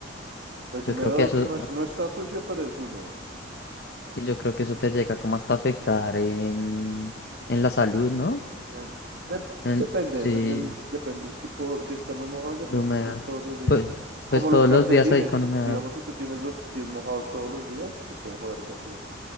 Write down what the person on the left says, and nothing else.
yo
creo que eso
Y yo creo que eso te llega como hasta afectar en, en la salud, ¿no?
En,
sí,
de
humedad.
Pues,
pues todos
los días ahí con humedad.